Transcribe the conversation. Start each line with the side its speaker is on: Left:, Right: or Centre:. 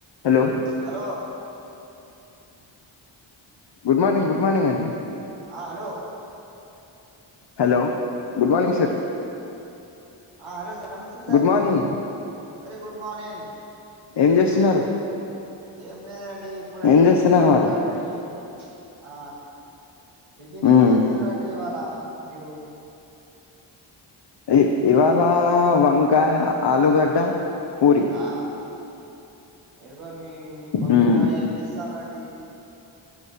Left: hello
Right: hello
Left: good morning good morning అండి
Right: ఆ hello
Left: hello good
Right: hello
Left: morning sir
Right: ఆ హలో సార్ నమస్తే sir
Left: good morning
Right: very good morning
Left: ఏం చేస్తున్నారు
Right: ఏం లేదండి ఇప్పుడైతే
Left: ఏం చేస్తున్నారు
Right: ఫ్రీగా ఉన్నా
Left: మరి
Right: అండి ఆ టిఫిన్
Left: మ్మ్
Right: ఏం చేసినరు రండి ఇవాళ మీరు
Left: ఇ ఇవాళ వంకాయ ఆలుగడ్డ పూరి
Right: ఆ ఎర <unintelligible> మీ మమ్మీ
Left: మ్మ్
Right: డాడ ఏం చేస్తన్నండి